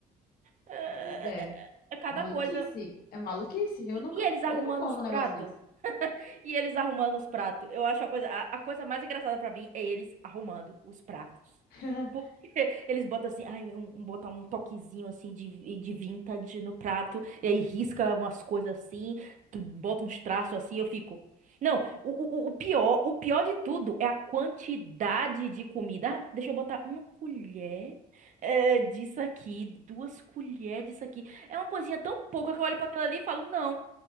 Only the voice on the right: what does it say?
é,
é, é é cada
coisa.
E,
e eles arrumando
os pratos?
E eles arrumando os pratos. Eu acho a coisa, a, a coisa mais engraçada pra mim é eles arrumando os pratos.
Porque <laughs> eles botam assim, ai, um, um- botam um toquezinho assim de, de vintage no prato, e aí risca umas coisas assim, tu- bota uns traços assim, eu fico. Não, o, o, o pior, o pior de tudo é a quantidade de comida. Ah, deixa eu botar uma colher eh, disso aqui, duas colheres disso aqui. É uma coisinha tão pouca que eu olho pra aquilo ali e falo, não,